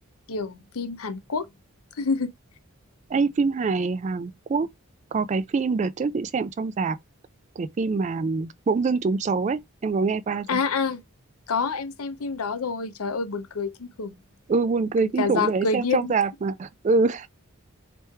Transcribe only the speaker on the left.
kiểu phim Hàn Quốc. <laughs>
À
à, có em xem phim đó rồi. Trời ơi buồn cười kinh khủng,
Cứ
cả
rạp
cười
điên.